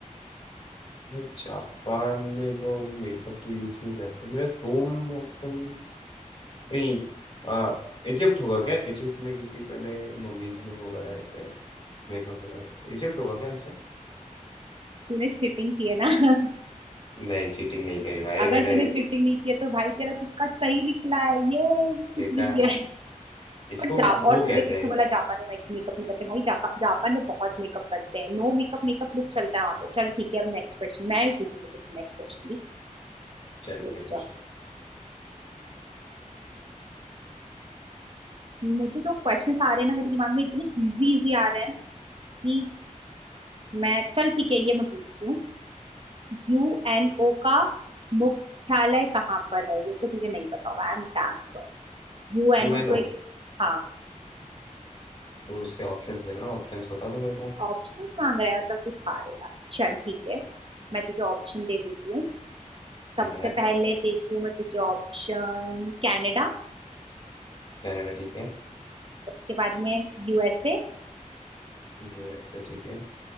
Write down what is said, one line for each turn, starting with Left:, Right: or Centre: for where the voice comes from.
Left: नहीं जापान में लोग मेकअप तो यूज नहीं करते मेरा रोम ऑप्शन नहीं आ, इजिप्ट होगा क्या इजिप्ट में क्योंकि पहले मम्मीज लोग वगैरह ऐसे मेकअप वगैरह इजिप्ट होगा क्या आंसर
Right: तूने चीटिंग की है ना <laughs>
Left: नहीं चीटिंग नहीं कही भाई
Right: अगर
Left: मैंने
Right: तूने चीटिंग नहीं की है तो भाई तेरा तुक्का सही निकला है ये ये कुछ
Left: देखा
Right: नहीं किया है
Left: इसको
Right: पर जा और
Left: वो
Right: तुझे
Left: कहते
Right: किसने
Left: हैं
Right: बोला जापान में मेकअप नहीं करते भाई जापा, जापान में बहुत मेकअप करते हैं नो मेकअप मेकअप लुक चलता है वहां पे चल ठीक है अब नेक्स्ट क्वेश्चन मैं भी पूछूंगी कुछ नेक्स्ट क्वेश्चन भी
Left: चल
Right: रुक
Left: ठीक है पूछते
Right: जाओ
Left: हैं
Right: मुझे जो क्वेश्चन आ रहे हैं ना मेरे दिमाग में इतने इजी इजी आ रहे हैं कि मैं चल ठीक है ये मैं पूछती हूँ यूएनओ का मुख्यालय कहाँ पर है ये तो तुझे नहीं पता होगा I am damn sure UNO
Left: यू एन
Right: जो
Left: ओ
Right: एक हाँ
Left: तो इसके ऑप्शंस देना ऑप्शंस बता दो मेरे को
Right: ऑप्शंस मांग रहा है मतलब तू हारेगा चल ठीक है मैं तुझे ऑप्शन दे देती हूँ सबसे
Left: ठीक है
Right: पहले देती हूँ मैं तुझे ऑप्शन कनाडा
Left: कनाडा ठीक है
Right: उसके बाद में यूएसए
Left: यूएसए ठीक है